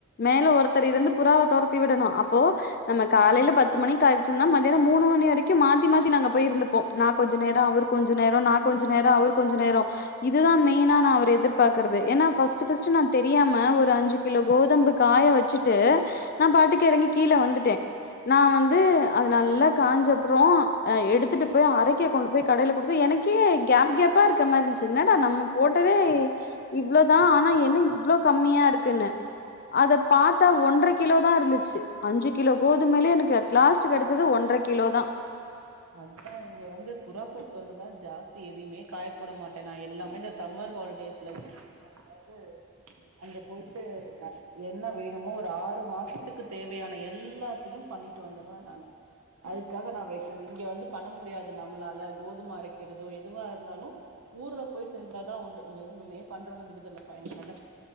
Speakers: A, on the left; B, on the right.
A: மேல ஒருத்தர் இருந்து புறாவ தொரத்தி விடணு அப்போ நம்ம காலையில பத்து மணிக்கு காயவச்சோன்ன மத்தியான மூணு மணி வரைக்கு மாத்தி மாத்தி நாங்க போய் இருந்துப்போ நா கொஞ்ச நேரோ அவரு கொஞ்ச நேரோ நா கொஞ்ச நேரோ அவரு கொஞ்ச நேரோ இதுதா மெயினா நா அவர எதிர்பாகறது ஏன நா ஃபர்ஸ்ட் ஃபர்ஸ்ட் தெரியாம ஒரு அஞ்சு கிலோ கோதம்பு காய வச்சுட்டு நா பாட்டுக்கு எறங்கி கீழே வந்துட்டே நா வந்து அது நல்லா காஞ்ச அப்புறோ அ எடுத்துட்டு போய் அரைக்க கொண்டு போய் கடையில குடுத்து எனக் கே கேப் கேப்பா இருக்க மாரி இருச்சு என்னடா நம்ம போட்டதே இவ்வளோதா ஆனா என்ன இவ்வளோ கம்மியா இருக்குன்னு அத பாத்தா ஒன்றரை கிலோ தா இருந்துச்சு அஞ்சு கிலோ கோதுமையிலே எனக் லாஸ்ட் கெடைச்சது ஒன்றரை கிலோ தா
B: அதுத இங்க வந்து புறாக்கள் தொல்ல தா ஜாஸ்தி எதுவுமே காயப்பட மாட்டே நா எல்லாமே இந்த சம்மர் ஹாலிடேஸ் இல ஊருக்கு போம் போது
A: <inaudible>
B: அங்கே போயிட்டு நா என்ன வேணுமோ ஒரு ஆறு மாசத்துக்கு தேவையான எல்லாத்தையும் பண்ணிட்டு வந்துருவே நானு அதுக்காக நா வெக்கறது இங்க வந்து பண்ண முடியாது நம்மளால கோதும அரைக்கிறதோ எதுவா இருந்தாலு ஊர்ல போய் செஞ்சாதா உண்டு இங்க ஒண்ணுமே பண்ற முடியுது இல்லப்ப என்னால